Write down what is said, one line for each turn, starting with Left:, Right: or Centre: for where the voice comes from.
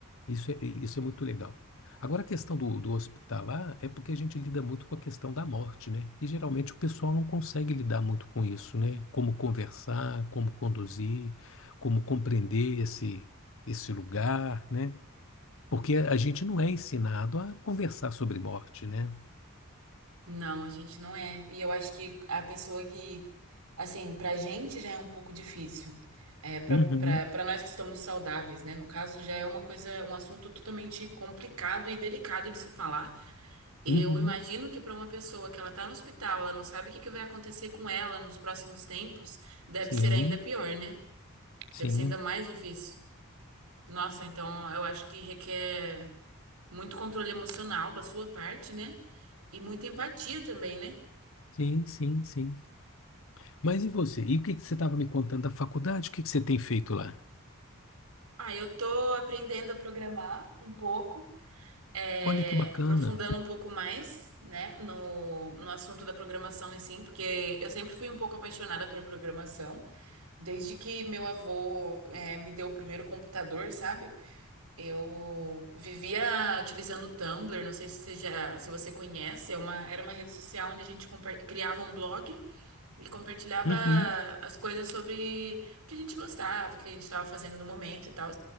Left: Isso é, isso é muito legal. Agora, a questão do, do hospitalar é porque a gente lida muito com a questão da morte, né? E geralmente o pessoal não consegue lidar muito com isso, né? Como conversar, como conduzir, como compreender esse, esse lugar, né? Porque a gente não é ensinado a conversar sobre morte, né?
Right: Não, a gente não é. E eu acho que a pessoa que, assim, pra gente já é um pouco difícil. É, pra,
Left: Uhum,
Right: pra, pra nós que estamos saudáveis, né? No caso, já é uma coisa, um assunto totalmente complicado e delicado de se falar. Eu
Left: uhum.
Right: imagino que pra uma pessoa que ela tá no hospital, ela não sabe o que que vai acontecer com ela nos próximos tempos, deve
Left: Sim,
Right: ser ainda pior, né?
Left: sim,
Right: Deve ser ainda mais difícil. Nossa, então eu acho que requer muito controle emocional da sua parte, né? E muita empatia também, né?
Left: sim, sim, sim. Mas e você? E o que que você estava me contando da faculdade? O que que você tem feito lá?
Right: Ah, eu tô aprendendo a programar um pouco, é,
Left: Olha que bacana.
Right: aprofundando um pouco mais, né, no, no assunto da programação em si, porque eu sempre fui um pouco apaixonada por programação, desde que meu avô, é, me deu o primeiro computador, sabe? Eu vivia utilizando o Tumblr, não sei se você já, se você conhece, é uma, era uma rede social onde a gente compa- criava um blog. E compartilhava
Left: Uhum.
Right: as coisas sobre o que a gente gostava, o que a gente estava fazendo no momento e tal.